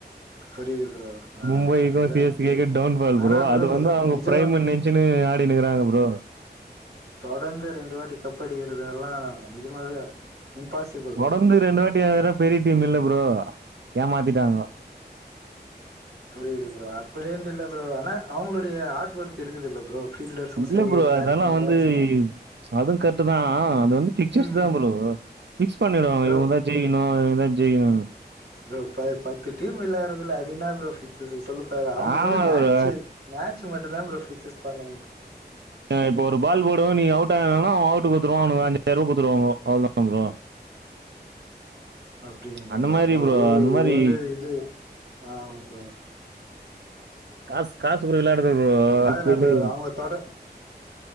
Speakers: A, on the right; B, on the right.
A: புரிது ப்ரோ ஆ
B: மும்பைக்கு
A: அதுதா
B: சி எஸ் கே க்கு டவுன்பால்
A: ஆனா
B: ப்ரோ அது வந்து அவ்ங்க
A: நிஜமா
B: ப்ரைமுன் நென்ச்சுன்னு ஆடிட்னிக்குறாங்க ப்ரோ
A: தொடர்ந்து ரெண்டு வாட்டி கப்படிக்கிறதெல்லா நிஜமாவே இம்பாசிபுள்
B: தொடர்ந்து ரெண்டு வாட்டி வாங்குற பெரிய டீம் இல்ல ப்ரோ ஏமாத்திட்டாங்க
A: புரிது ப்ரோ அப்புடின்ட்டு இல்ல ப்ரோ ஆனா அவுங்களுடைய ஹாடு ஒர்க் இருக்குதுல்ல ப்ரோ ஃபீல்டர்ஸும்
B: இல்ல
A: சரி
B: ப்ரோ
A: பேட்ஸ்மேன்
B: அதெல்லா வந்து
A: பேட்ஸ்மேன்
B: அதூ கர்ட்டுதா அது வந்து பிக்சர்ஸ்தா
A: ம்
B: ப்ரோ பிக்ஸ் பண்ணிடுவாங்க
A: ப்ரோ
B: இவுங்கதா ஜெய் க்னு இவுங்கதா ஜெய்க்னுனு
A: ப்ரோ இப்ப பத்து டீம் விளாறதுல அது என்ன ப்ரோ பிக்ஸஸு சொல்லுங் தலைவா அவ்ங்க
B: ஆமா
A: வந்து மேட்ச்சு
B: ப்ரோ
A: மேட்ச்சு மட்டுந்தான் ப்ரோ பிக்சஸ் பண்ணவு
B: ஆ இப்போ ஒரு பால் போடுவோ நீங்க அவுட் ஆகனுனா அவன் அவுட்டு குட்த்துவானுங்க அவனுக்கு ஒரு அஞ்சாய்ர்வா குடுத்துருவாங்க அவ்ளதா ப்ரோ
A: அப்டின்றீங்ளா
B: அந்த மாரி
A: ப்ரோ
B: அந்த மாரி
A: இது வந்து இது அவ்ங்குளோட
B: காஸ் காசு ப்ரோ விளாடுது ப்ரோ
A: பாக்கலாம்
B: ஐ பி எ ல்லே
A: ப்ரோ அவங்க தொட